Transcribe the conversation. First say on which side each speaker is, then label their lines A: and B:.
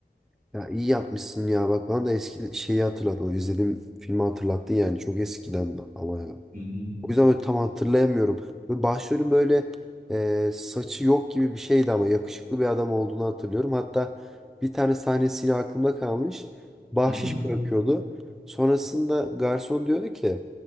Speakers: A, in the centre; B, on the right (about 55°).
A: Ya iyi yapmışsın ya. Bak bana da eski şeyi hatırlattın. O izlediğim filmi hatırlattın yani. Çok eskiden ama ya.
B: Hı hı.
A: O yüzden böyle tam hatırlayamıyorum. Ve başrolün böyle e, saçı yok gibi bir şeydi ama yakışıklı bir adam olduğunu hatırlıyorum. Hatta bir tane sahnesi yine aklımda kalmış. Bahşiş
B: Hı hı.
A: bırakıyordu. Sonrasında garson diyordu ki